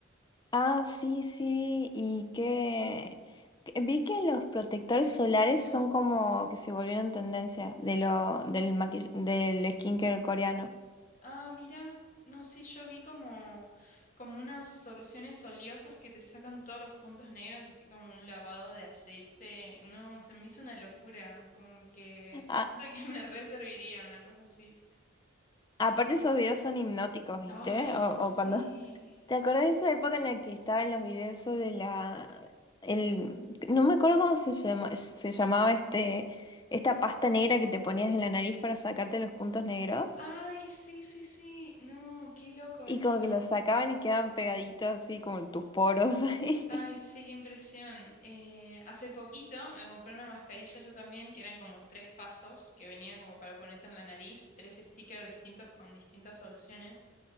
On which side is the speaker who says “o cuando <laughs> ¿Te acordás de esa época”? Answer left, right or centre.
Left